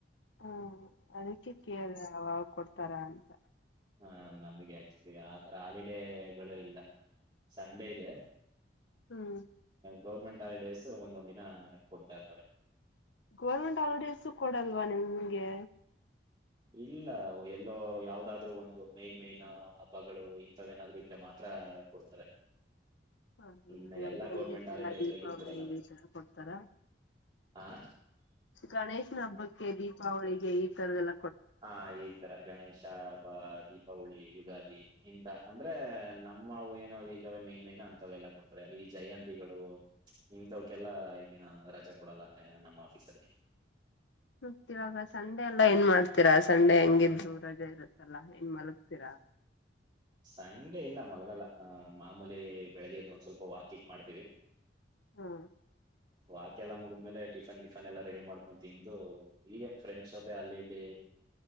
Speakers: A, on the left (about 75°); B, on the right (about 25°).
A: ಹ್ಮ್ ಅದಿಕ್ಕೆ ಕೇಳ್ದೆ ತರಾ ಅಂತ
B: ಹಾ ನಮಿಗೆ ಆಕ್ಚುಲಿ ತರ ಹಾಲಿಡೇಗಳೆ ಇಲ್ಲ ಸಂಡೇ ಇದೆ
A: ಹ್ಮ್
B: ಗೌರ್ಮೆಂಟ್ ಹಾಲಿಡೇಸ್ ಒಂದೊಂದ್ ದಿನ ಕೊಡ್ತಾ ತರೆ
A: ಗೌರ್ಮೆಂಟ್ ಹಾಲಿಡೇಸು ಕೊಡಲ್ವಾ ನಿಮ್ಗೆ
B: ಇಲ್ಲ ಎಲ್ಲೋ ಯಾವ್ದಾದ್ರು ಒಂದು ಮೇನ್ ಮೇಯ್ನ್ ಹಬ್ಬಗಳು ಇಂತವೇನಾದ್ರು ಇದ್ರೆ ಮಾತ್ರ ಕೊಡ್ತಾರೆ
A: ಹ
B: ಇನ್ನು
A: ಇವಗ್
B: ಎಲ್ಲಾ
A: ಗಣೇಶ
B: ಗೌರ್ಮೆಂಟ್ ಹಾಲಿಡೇಗಳಿಗೂ
A: ದೀಪಾವಳಿಗೆ
B: ಕೊಡಲ್ಲ
A: ಈ ತರ ಕೊಡ್ತಾರ,
B: ಆ
A: ಗಣೇಶನ್ ಹಬ್ಬಕ್ಕೆ ದೀಪಾವಳಿಗೆ ಲ್ಲ
B: ಹಾ ಈ ತರ ಗಣೇಶ ಬ ದೀಪಾವಳಿ ಯುಗಾದಿ ಇಂತ ಅಂದ್ರೆ ನಮ್ಮ ಅವು ಏನೋ ಅ ಇದಾವೆ ಮೈನ್ ಮೈನ್ ಅಂತವೆ ಎಲ್ಲಾ ಕೊಡ್ತಾರೆ ಈ ಜಯಂತಿಗಳು ಇಂತವ್ಕೆಲ್ಲ ಈಗ ಹ ಕೊಡಲ್ಲ ಯ ನಮ್ ಆಫೀಸಲ್ಲಿ
A: ಮತ್ತಿವಾಗ ಸಂಡೆ ಎಲ್ಲಾ ಏನ್ ಮಾಡ್ತೀರಾ ಸಂಡೆ ಹೆಂಗಿದ್ರು ರಜೆ ಇರುತ್ತಲ್ಲಾ ಏನ್ ಮಲಗ್ತೀರಾ?
B: ಸಂಡೆ ಇಲ್ಲ ಮಲಗಲ್ಲ ನಾನ್ ಮಾಮೂಲಿ ಬೆಳಿಗ್ಗೆ ಎದ್ದು ಸ್ವಲ್ಪ ವಾಕಿಂಗ್ ಮಾಡ್ತೀವಿ
A: ಹಾ
B: ವಾಕೆಲ್ಲಾ ಮುಗುದ್ಮೇಲೆ ಟಿಫನ್ ಕಿಫನ್ ಎಲ್ಲಾ ರೆಡಿ ಮಾಡ್ಕೊಂಡು ತಿಂದು ಈಗೆ ಫ್ರೆಂಡ್ಸ್ ಜೊತೆ ಅಲ್ಲಿ ಇಲ್ಲಿ